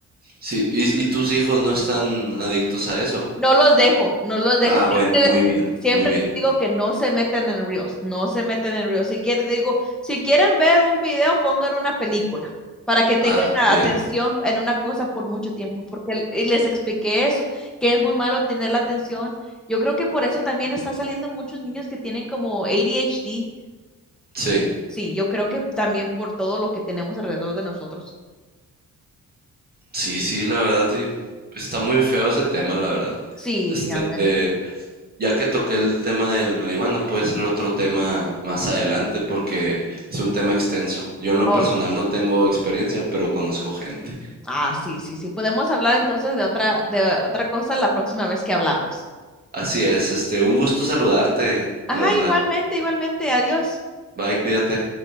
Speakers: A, on the right; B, in the centre.
A: sí. ¿Y, y tus hijos no están adictos a eso?
B: No los dejo, no los dejo.
A: Ah,
B: Sie-
A: bueno, muy bien,
B: Siempre
A: muy bien.
B: digo que no se meten en Reels, no se meten en Reels. Si quieren, digo, si quieren ver un video, pongan una película para que tengan
A: Ah,
B: la
A: bien.
B: Sí. atención en una cosa por mucho tiempo, porque l- y les expliqué eso, que es muy malo tener la atención. Yo creo que por eso también está saliendo muchos niños que tienen como ADHD,
A: Sí,
B: Sí, yo creo que también por todo lo que tenemos alrededor de nosotros.
A: sí, sí, la verdad, sí. Está muy feo ese tema, la verdad.
B: Sí,
A: Este,
B: ándale.
A: eh, ya que toqué el tema del marihuana, puede ser otro tema más adelante porque es un tema extenso. Yo en lo
B: Oh,
A: personal
B: sí.
A: no tengo experiencia, pero conozco gente.
B: Ah, sí, sí, sí. Podemos hablar entonces de otra, de otra cosa la próxima vez que hablamos.
A: Así es, este, un gusto saludarte, Alondra.
B: Ajá, igualmente, igualmente. Adiós.
A: Bye, cuídate.